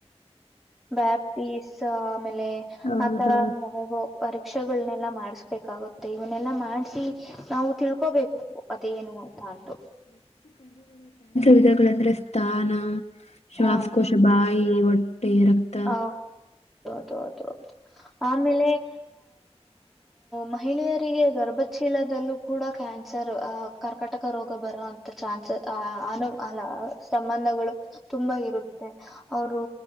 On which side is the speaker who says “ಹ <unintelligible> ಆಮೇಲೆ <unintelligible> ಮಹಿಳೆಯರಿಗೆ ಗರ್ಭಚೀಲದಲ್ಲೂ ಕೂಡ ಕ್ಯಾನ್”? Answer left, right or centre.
Centre